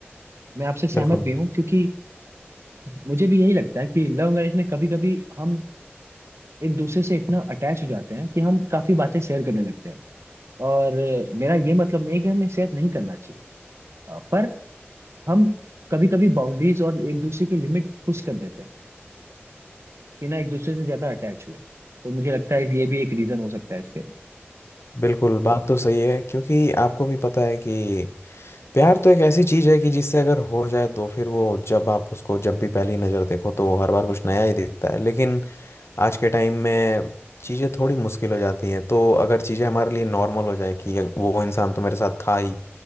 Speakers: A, on the right (about 85°); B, on the left (about 70°).
A: मैं आपसे सहमत
B: बिल्कुल
A: भी हूँ क्योंकि मुझे भी यही लगता है कि लव मैरिज में कभी कभी हम एक दूसरे से इतना अटैच हो जाते हैं कि हम काफी बातें शेयर करने लगते हैं और मेरा ये मतलब नहीं है कि हमें शेयर नहीं करना चाहिए अ, पर हम कभी कभी बाउंड्रीज और एक दूसरे की लिमिट पुश कर देते हैं बिना एक दूसरे से ज्यादा अटैच हुए तो मुझे लगता है ये भी एक रीजन हो सकता है इसके
B: बिल्कुल बात तो सही है क्योंकि आपको भी पता है कि प्यार तो एक ऐसी चीज है कि जिससे अगर हो जाए तो फिर वो जब आप उसको जब भी पहली नज़र देखो तो वो हर बार कुछ नया ही दिखता है लेकिन आज के टाइम में चीज़ें थोड़ी मुश्किल हो जाती हैं तो अगर चीज़ें हमारे लिए नॉर्मल हो जाए कि वो इंसान तो मेरे साथ था ही